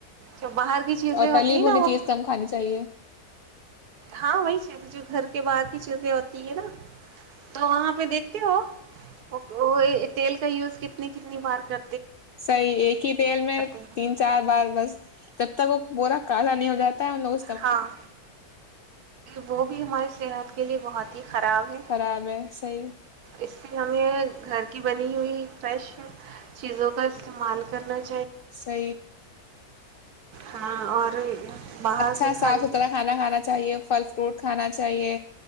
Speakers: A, on the right; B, on the left.
A: جو باہر کی چیزیں
B: اور
A: ہوتی
B: تلیم
A: ہیں
B: ہونی
A: نا وہ
B: چیز کم کھانی چاہیے
A: ہاں وہی چیزیں جو گھر کے باہر کی چیزیں ہوتی ہیں نا تو وہاں پہ دیکھتے ہو وہ تیل کا یوز کتنی کتنی بار کر
B: صحیح ایک ہی تیل میں
A: ہیں
B: تین چار بار بس جب تک وہ بورا کالا نہیں ہو جاتا ہے ان لوگوں
A: ہاں وہ بھی ہماری صحت کے لیے وہہ ت ہی خراب ہے
B: خراب ہے صحیح
A: اس پ ہمیں گھر کی بنی ہوئی فریش چیزوں کا استعمال کرنا چ
B: صی
A: ہاں اور باہر کے
B: اچھا
A: کھانے
B: صاف ستھرا کھانا کھانا چاہیے پھل فروٹ کھانا چاہیے